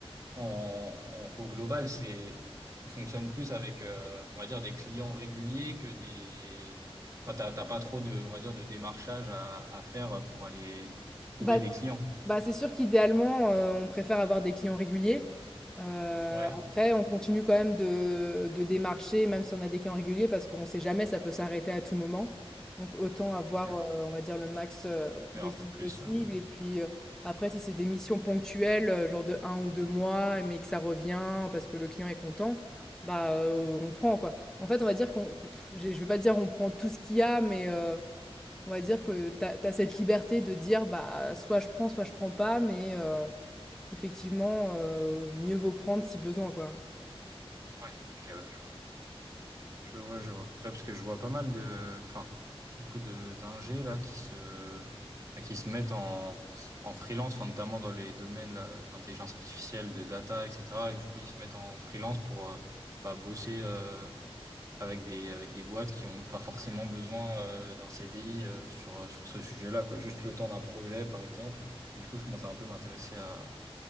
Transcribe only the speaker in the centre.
Bah,
Bah, c'est sûr qu'idéalement, heu, on préfère avoir des clients réguliers. Heu,
après, on continue quand même de de démarcher, même si on a des clients réguliers, parce qu'on ne sait jamais, ça peut s'arrêter à tout moment. Donc autant avoir,
heu, on va dire, le max, heu,
de
clients
possible
et puis, heu, après, si c'est des missions ponctuelles, heu, genre de un ou 2 mois, mais que ça revient parce que le client est content, bah, heu, on prend, quoi. En fait, on va dire qu'on qu'on pff, j'ai je ne vais pas dire on prend tout ce qu'il y a, mais, heu, on va dire que tu t'as cette liberté de dire bah soit je prends, soit je prends pas, mais euh, effectivement, euh, mieux vaut prendre si besoin, quoi.